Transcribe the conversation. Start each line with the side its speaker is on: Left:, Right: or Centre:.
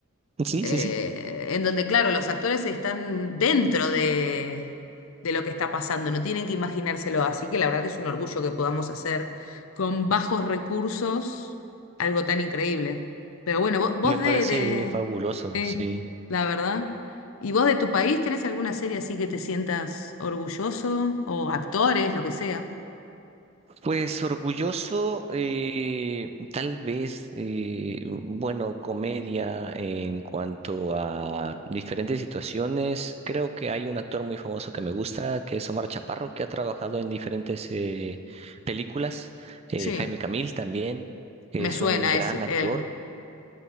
Right: Sí,
Left: eh,
Right: sí, sí.
Left: en donde, claro, los actores están dentro de, de lo que está pasando, no tienen que imaginárselo. Así que la verdad que es un orgullo que podamos hacer con bajos recursos algo tan increíble. Pero bueno, vos, vos
Right: Me parece
Left: de, de,
Right: fabuloso,
Left: de-
Right: sí.
Left: la verdad. ¿Y vos de tu país tenés alguna serie así que te sientas orgulloso? O actores, lo que sea.
Right: Pues orgulloso, eh, tal vez, eh, bueno, comedia en cuanto a diferentes situaciones. Creo que hay un actor muy famoso que me gusta, que es Omar Chaparro, que ha trabajado en diferentes eh, películas. Eh,
Left: Sí,
Right: Jaime Camil también, que
Left: me
Right: es
Left: suena
Right: un gran
Left: ese,
Right: actor.
Left: él.